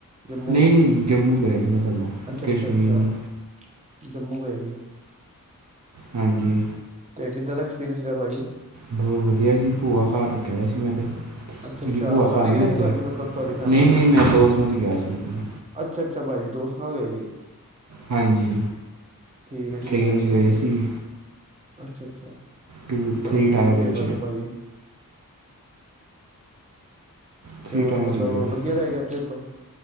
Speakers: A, on the right; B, on the right.
A: ਜੰਮੂ
B: ਨਹੀਂ
A: ਚ
B: ਨਹੀਂ ਜੰਮੂ ਗਏ ਸੀ ਪਹਿਲਾਂ
A: ਅੱਛਾ
B: ਕਸ਼ਮੀਰ
A: ਅੱਛਾ ਅੱਛਾ
B: ਨਹੀਂ
A: ਜੰਮੂ ਗਏ ਸੀ
B: ਹਾਂਜੀ
A: ਤੇ ਕਿੱਦਾਂ ਦਾ ਭਾਜੀ
B: ਬਹੁਤ ਵਧੀਆ ਸੀ ਭੂਆ ਘਰ ਰੁਕਿਆ ਸੀ ਮੈਂ ਤੇ
A: ਅੱਛਾ
B: ਮੇਰੀ
A: ਅੱਛਾ
B: ਭੂਆ
A: ਸਾਰੇ
B: ਘਰ ਹੈ
A: ਗਏ
B: ਨਾ ਇੱਥੇ
A: ਸੀ ਭਾਜੀ ਮਤਲਬ ਤੁਹਾਡੀ ਫੈਮਲੀ
B: ਨਹੀਂ
A: ਚੋਂ
B: ਨਹੀਂ ਮੈਂ ਦੋਸਤ ਨਾਲ ਗਿਆ ਸੀ ਆਪਣੇ
A: ਅੱਛਾ ਅੱਛਾ ਭਾਜੀ ਸੁ ਦੇ ਸੀ <inaudible>
B: ਹਾਂਜੀ
A: ਠੀਕ ਹੈ ਠੀਕ
B: ਟੇਨ
A: ਹੈ
B: ਚ ਗਏ
A: ਠੀਕ
B: ਸੀ
A: ਹੈ ਅੱਛਾ ਅੱਛਾ
B: ਟੂ ਥਰੀ
A: ਚਲੋ ਬਹੁਤ
B: ਟਾਇਰ
A: ਵਧੀਆ
B: ਵਿੱਚ
A: ਗੱਲ ਭਾਜੀ
B: ਥਰੀ
A: ਤੇ ਹੋਰ
B: ਟਾਇਰ
A: ਮਤਲਬ
B: 'ਚ ਗਏ
A: ਵਧੀਆ
B: ਸੀ
A: ਰਹਿ ਗਿਆ ਟਰਿਪ